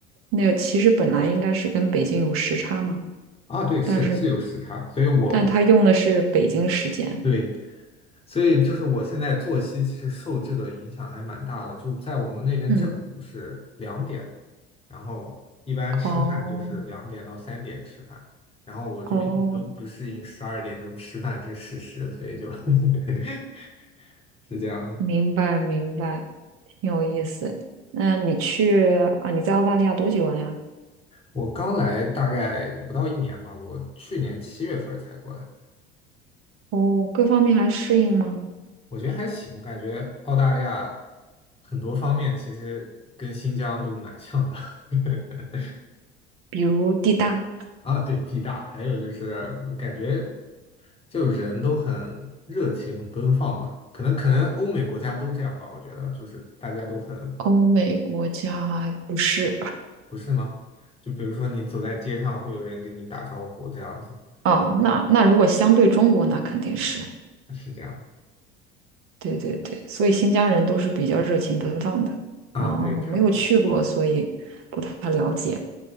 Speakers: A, on the right (about 45°); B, on the left (about 20°).
A: 那个，其实本来应该是跟北京有时差嘛，
B: 啊，对，是是有时差，
A: 但是
B: 所以我我
A: 但他用的是北京时间。
B: 对，所以就是我现在作息其实受这个影响还蛮大的。就在我们那边正午是两点，
A: 嗯，
B: 然后一般吃饭就是两点到三点吃饭，
A: 哦
B: 然后我就一直都不适应十二点钟吃饭这个事实，
A: 哦，
B: 所以就 <laughs> 是这样的。
A: 明白明白，挺有意思。那你去啊？你在澳大利亚多久了呀？
B: 我刚来大概不到一年吧，我去年七月份儿才过来。
A: 哦，各方面还适应吗？
B: 我觉得还行，我感觉澳大利亚很多方面其实跟新疆都蛮像的。<laughs>
A: 比如地大？
B: 啊，对，地大，还有就是感觉就人都很热情、很奔放吧。可能可能欧美国家都这样吧，我觉得就是大家都很，
A: 欧美国家不是，
B: 不是吗？就比如说你走在街上，会有人跟你打招呼，这样子
A: 哦，那那如果相对中国，那肯定是。
B: 是这样的
A: 对对对，所以新疆人都是比较热情奔放的啊，
B: 啊，对，
A: 我没有去过，
B: 差不多。
A: 所以不太了解。